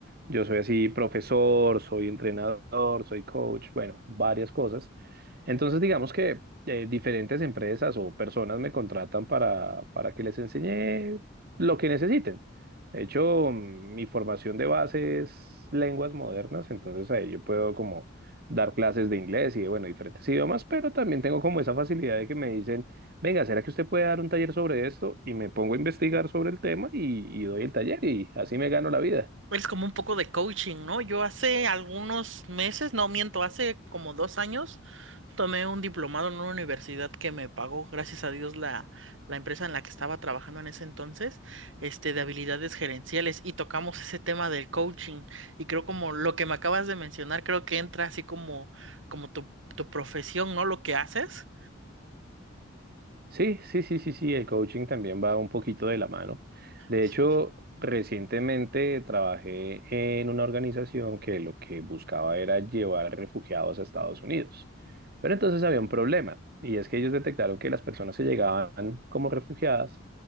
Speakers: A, on the right; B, on the right.
A: Yo soy así profesor, soy entrenador, soy coach, bueno, varias cosas. Entonces, digamos que eh, diferentes empresas o personas me contratan para, para que les enseñe lo que necesiten. De hecho, mi formación de base es lenguas modernas, entonces ahí yo puedo como dar clases de inglés y de, bueno, diferentes idiomas, pero también tengo como esa facilidad de que me dicen, venga, ¿será que usted puede dar un taller sobre esto? Y me pongo a investigar sobre el tema y, y doy el taller y así me gano la vida.
B: Es como un poco de coaching, ¿no? Yo hace algunos meses, no miento, hace como dos años, tomé un diplomado en una universidad que me pagó, gracias a Dios, la, la empresa en la que estaba trabajando en ese entonces, este, de habilidades gerenciales, y tocamos ese tema del coaching. Y creo como lo que me acabas de mencionar, creo que entra así como, como tu, tu profesión, ¿no? Lo que haces
A: Sí, sí, sí, sí, sí, el coaching también va un poquito de la mano. De
B: sí,
A: hecho, recientemente trabajé en una organización que lo que buscaba era llevar refugiados a Estados Unidos. Pero entonces había un problema, y es que ellos detectaron que las personas que llegaban como refugiadas,